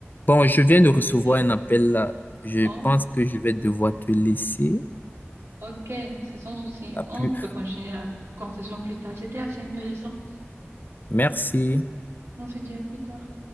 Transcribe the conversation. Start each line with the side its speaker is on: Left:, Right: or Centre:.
Left: Bon, je viens
Right: le
Left: de recevoir
Right: développement.
Left: un appel là. Je
Right: Oh,
Left: pense que je vais devoir te laisser.
Right: ok, c'est sans souci.
Left: À plus.
Right: On peut continuer la conversation plus tard. C'était assez intéressant.
Left: Merci.
Right: On se dit à plus tard.